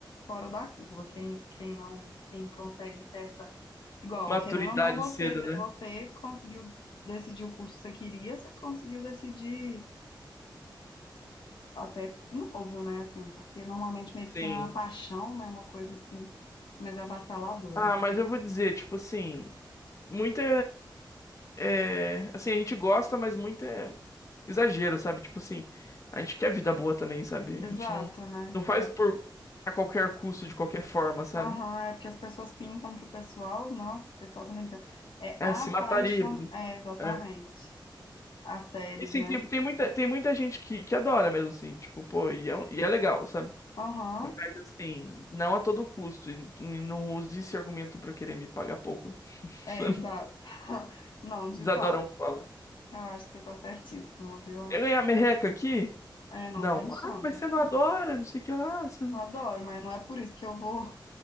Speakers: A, on the left (about 80°); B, on the left (about 40°).
A: fora da curva. Quem, quem não, quem consegue ter essa. Igual,
B: Maturidade
A: querendo ou não, você,
B: cedo, né?
A: você conseguiu decidir o curso que você queria, você conseguiu decidir até novo, né? Assim, porque normalmente medicina
B: Sim.
A: é uma paixão, né? Uma coisa assim, mais avassaladora.
B: Ah, mas eu vou dizer, tipo assim, muita é, assim, a gente gosta, mas muito é exagero, sabe? Tipo assim, a gente quer vida boa também, sabe? A
A: Exato,
B: gente não
A: né?
B: não faz por a qualquer custo, de qualquer forma, sabe?
A: Aham, é porque as pessoas pintam que o pessoal, nossa, o pessoal também tá- é
B: É,
A: apaixonado.
B: se mataria. por isso.
A: É, exatamente.
B: É.
A: As séries,
B: E assim,
A: né?
B: tem, tem muita tem muita gente que, que adora mesmo assim, tipo, pô, e é, um- e é legal, sabe?
A: Aham,
B: Mas assim, não a todo custo. E n- Não use esse argumento pra querer me pagar pouco.
A: é,
B: <laughs>
A: exato. <laughs> Não, de
B: Eles adoram
A: fato.
B: falar.
A: Eu acho que você tá certíssimo, viu?
B: Quer ganhar merreca aqui?
A: É, não,
B: Não.
A: tem chance.
B: Ah, mas você não adora, não sei o que lá. você não-
A: Adoro, mas não é por isso que eu vou.